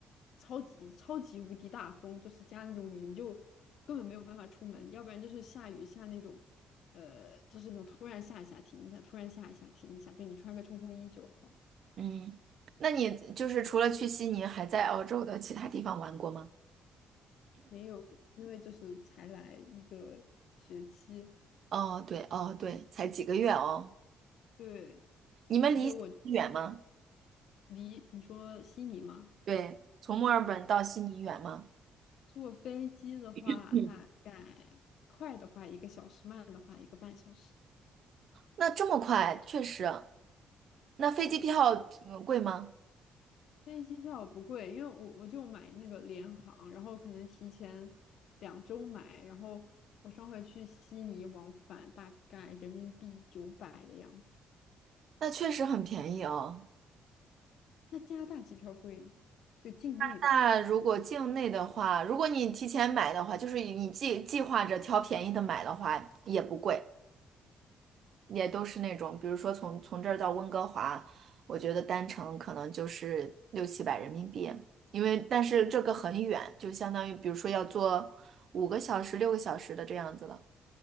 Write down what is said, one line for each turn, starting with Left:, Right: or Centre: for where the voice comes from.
Left: 超级超级无敌大风，就是加那种雨，你就根本没有办法出门；要不然就是下雨下那种，呃，就是那种突然下一下停一下，突然下一下停一下，就你穿个冲锋衣就好。
Right: 嗯，那你就是除了去悉尼，还在澳洲的其他地方玩过吗？
Left: 没有，因为就是才来一个学期，
Right: 哦，对，哦，对，才几个月哦。
Left: 对，
Right: 你们离悉尼远吗？
Left: 而且我离你说悉尼吗？
Right: 对，从墨尔本到悉尼远吗？
Left: 坐飞机的话，
Right: 嗯，
Left: 大概快的话一个小时，慢的话一个半小时。
Right: 那这么快，确实。那飞机票嗯贵吗？
Left: 飞机票不贵，因为我我就买那个联航，然后可能提前两周买，然后我上回去悉尼往返大概人民币九百的样子。
Right: 那确实很便宜哦。
Left: 那加拿大机票贵吗？就境内的，
Right: 那如果境内的话，如果你提前买的话，就是你计计划着挑便宜的买的话，也不贵。也都是那种，比如说从从这儿到温哥华，我觉得单程可能就是六七百人民币，因为但是这个很远，就相当于比如说要坐五个小时、六个小时的这样子了，